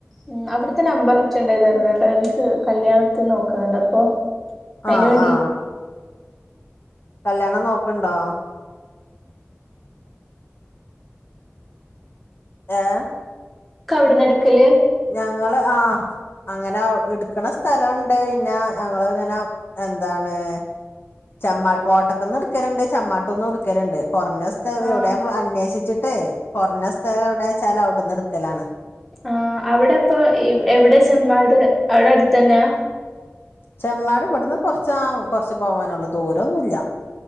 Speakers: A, in the centre; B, on the left.
A: ഉം അവിടുത്തെ നമ്പർ അറ്റൊണ്ടായ തരണെ കേട്ടോ എനിക്ക് കല്യാണത്തിന് നോക്കുന്നുണ്ട് അപ്പൊ അയിന്
B: ആ
A: വേണ്ടി
B: ആ കല്യാണം നോക്കണ്ടോ? ഏഹ്
A: ക്കവിടന്ന്ടുക്കല്
B: ഞങ്ങള് ആ. അങ്ങനെ എടുക്കണ സ്ഥലുണ്ട് പിന്നെ ഞങ്ങളിങ്ങനെ, എന്താണ്? ചമ്മാട്ട് കോട്ടത്തുന്നെടുക്കലുണ്ട് ചമ്മാട്ടൂന്ന്വേടുക്കലുണ്ട് കൊറഞ്ഞ സ്ഥലം
A: ആഹ്
B: എവിടെ നമ്മള് അന്വേഷിച്ചിട് ട്ടേ കൊറഞ്ഞ സ്ഥലം എവിടെച്ചാലും അവിടുന്ന് എടുക്കലാണ്.
A: ആ അവിടെ അപ്പൊ എവിടെ ചെമ്മാട് അവിടെ അടുത്തന്നെയ?
B: ചെമ്മാട് ഇവിടുന്ന് കൊറച്ചാ കൊറച്ച് പോവാനുള്ളൂ ദൂരംഒന്നുവില്ല.